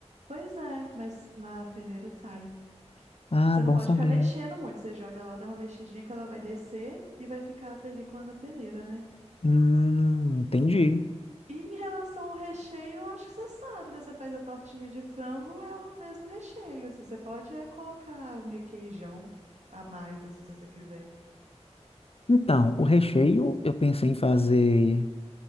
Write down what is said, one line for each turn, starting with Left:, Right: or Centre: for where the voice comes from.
Right: Pois é, mas na peneira sai.
Left: Ah,
Right: Você
Left: bom
Right: não pode
Left: saber.
Right: ficar mexendo muito. Você joga lá, dá uma mexidinha que ela vai descer e vai ficar a película na peneira, né?
Left: Hum, entendi.
Right: E em relação ao recheio, eu acho que você sabe, né? Você faz a tortinha de frango, é o mesmo recheio, assim. Você pode é colocar um requeijão a mais, assim, se você quiser.
Left: Então, o recheio eu pensei em fazer